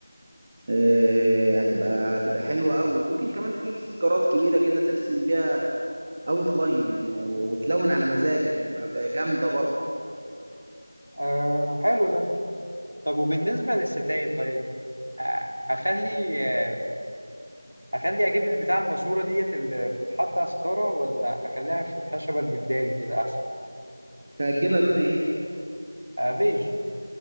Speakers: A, on the right; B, on the right.
A: آه، هتبقى هتبقى حلوة قوي وممكن كمان تجيب استيكرات كبيرة كده ترسم بيها اوت لاين يعني و- وتلون على مزاجك هتبقى جامدة برضه
B: آه حلو ده طب وبالنسبة للستاير طيب آه، أخلي آه، أخلي أجيب البتاع الماسورة ديت اللي بتتحط على الستارة ولا أخليها في الخشبة المداري كده أحسن
A: هتجيبها لون ايه
B: آه بيج